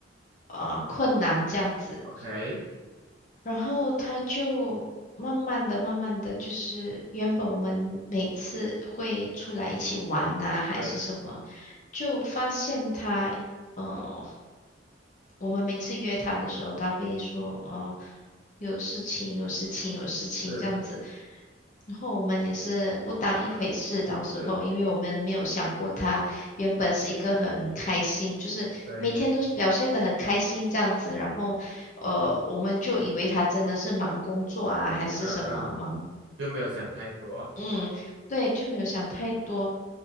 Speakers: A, on the left; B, on the right.
A: 呃困难这样子，
B: ？OK，
A: 然后他就慢慢的、慢慢的，就是原本我们每次会出来一起玩呐、还是什么，
B: 对，
A: 就发现他。嗯，我们每次约他的时候，他会说哦，有事情，有事情，有事情这样子。
B: 是
A: 然后我们也是不当一回事，当时候，
B: 是，
A: 因为我们没有想过他原本是一个很开心，就是每天都是表现的很开心这样子。
B: 对，
A: 然后，呃，我们就以为他真的是忙工作啊，还是什么忙
B: 嗯嗯，就没有想太多，
A: 嗯，对，就没有想太多。